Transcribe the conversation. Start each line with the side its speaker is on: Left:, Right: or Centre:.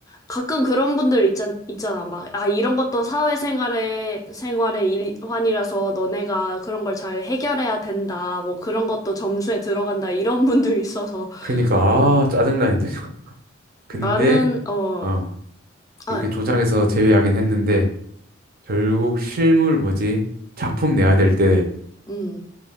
Left: 가끔 그런 분들 있잖, 있잖아. 막, 아, 이런 것도 사회생활의 생활의 일환이라서 너네가 그런 걸 잘 해결해야 된다. 뭐 그런 것도 점수에 들어간다. 이런 분들 있어서.
Right: 그러니까
Left: 어,
Right: 아 짜증나 이제. <laughs> 근데
Left: 나는, 어,
Right: 어
Left: 아,
Right: 그렇게 조장에서
Left: 음,
Right: 제외하긴 했는데. 결국 실물 뭐지? 작품 내야 될 때
Left: 음,